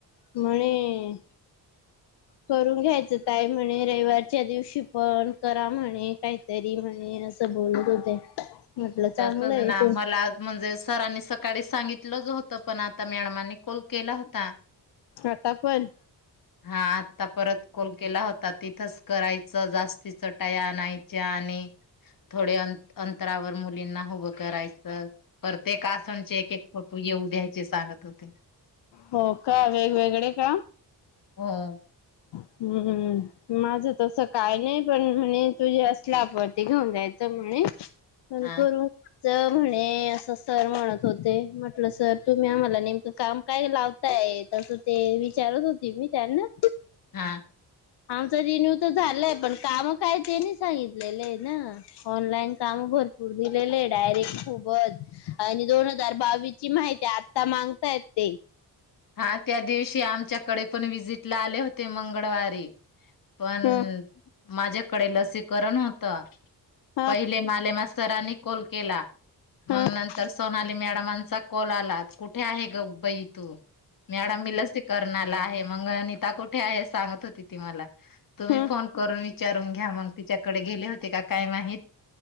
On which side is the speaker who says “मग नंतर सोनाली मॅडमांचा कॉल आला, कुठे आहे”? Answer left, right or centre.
Left